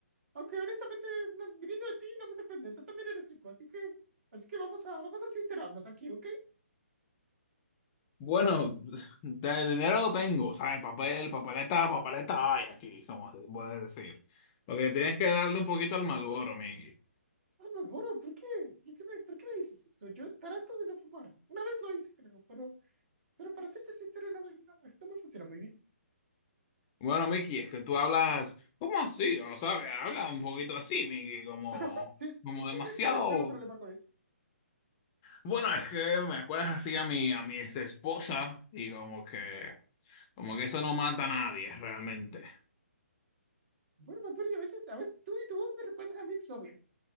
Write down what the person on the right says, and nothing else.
Aunque honestamente, no- viniendo de ti, no me sorprende, tú también eres rico, así que, así que vamos a, vamos a sincerarnos aquí, ¿ok?
Ah, no, Boro, ¿por qué? ¿Por qué me, por qué me dices eso? Yo trato de no fumar. Una vez lo hice, creo, pero, pero para serte sincero, no me, no, esto me funciona muy bien.
<laughs> Entonces,
¿Tienes algún problema con eso?
Bueno, Bad Bunny, a veces, a veces tú y tu voz me recuerdan a mi exnovia.